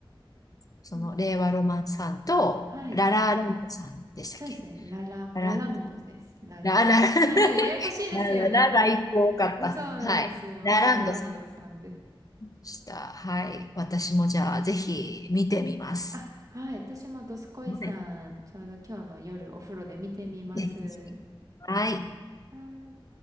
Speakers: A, on the left; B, on the right.
A: そのレイワロマンさんとララランドさんでしたっけ？
B: でも、はい。そうですね。ララ、
A: ララ
B: ラランドです。ラランド。
A: ララ <laughs>
B: <laughs> うんうん、ややこしいですよね。
A: ララララ最高かった。
B: でそうなんですよ。
A: はい、ラランドさん。
B: ラランドさんです。
A: した。はい。私もじゃあ、ぜひ見てみます。
B: あ、はい。私もドスコイさん、
A: はい。
B: ちょうど今日の夜お風呂で見てみます。
A: ぜひ。はい。
B: はい。